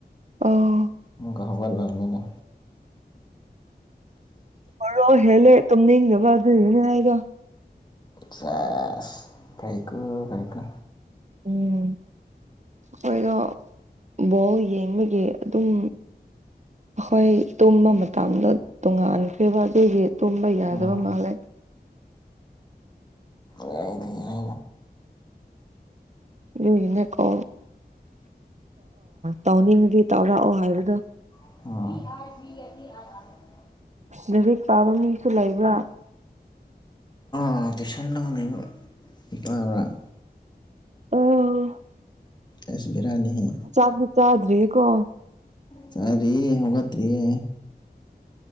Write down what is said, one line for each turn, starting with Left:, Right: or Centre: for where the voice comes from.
Right: ꯑ
Left: ꯃꯨꯒꯥ ꯍꯒꯜꯂꯔꯅꯤꯅ
Right: ꯔꯣ ꯍꯦꯜꯂꯦ ꯇꯨꯝꯅꯤꯡꯅꯕ ꯑꯗꯨ ꯌꯦꯅꯦ ꯍꯥꯏꯗ
Left: ꯆꯁ ꯐꯩꯀꯨ ꯐꯩꯀꯨ
Right: ꯎꯝ ꯍꯣꯏꯗꯣ ꯕꯣꯜ ꯌꯦꯡꯕꯒꯤ ꯑꯗꯨꯝ ꯍꯣꯏ ꯇꯨꯝꯕ ꯃꯇꯝꯗ ꯇꯣꯉꯥꯟꯈꯤꯕ ꯑꯗꯨꯒꯤ ꯇꯨꯝꯕ ꯌꯥꯗꯕ
Left: ꯎꯝ
Right: ꯃꯥꯜꯂꯦ
Left: ꯌꯥꯗꯤ ꯌꯥ
Right: ꯑꯗꯨꯒꯤꯅꯦꯀꯣ ꯇꯧꯅꯤꯡꯗꯤ ꯇꯧꯔꯛꯑꯣ ꯍꯥꯏꯕꯗꯣ
Left: ꯎ
Right: ꯂꯥꯏꯔꯤꯛ ꯄꯥꯕ ꯃꯤꯁꯨ ꯂꯩꯕ꯭ꯔꯥ
Left: ꯎꯝ ꯇꯨꯏꯁꯟ ꯂꯧꯔꯤꯕꯥ ꯇꯥꯕꯔꯥ
Right: ꯑꯣ
Left: ꯑꯩꯁ ꯕꯦꯔꯥꯅꯤꯍꯦ
Right: ꯆꯥ ꯗꯨ ꯆꯥꯗ꯭ꯔꯤ ꯀꯣ
Left: ꯆꯥꯗ꯭ꯔꯤ ꯍꯧꯒꯠꯇ꯭ꯔꯤꯌꯦ